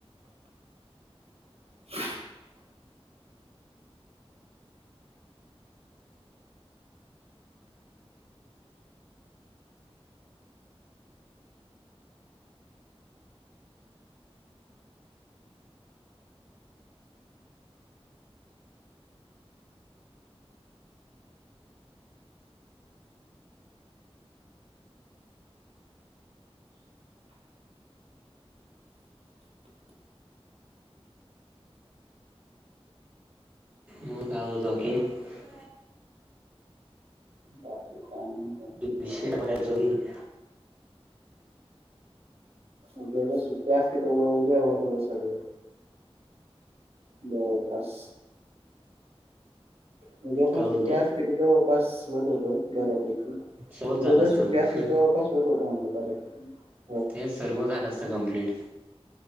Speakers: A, on the right; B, on the right.
A: <inaudible>
B: मग काावज की <unintelligible>
A: बाकी काय नाही
B: विशे आमक एकज <inaudible>
A: उद्या जर सुट्टया आहे तर उद्या होईल तेवढं सगळं. ब बस. म्हणजे पण
B: काय
A: सुट्टी
B: बोलतं
A: असते तर जवळपास होत होत बऱ्यापैकी.
B: सर्वच
A: उद्या
B: झालं
A: जर
B: असतं
A: सुट्टी
B: मग
A: असतील जवळ पास होत होत म्हटलं. बर
B: ते सर्व झालं असतं कंप्लीट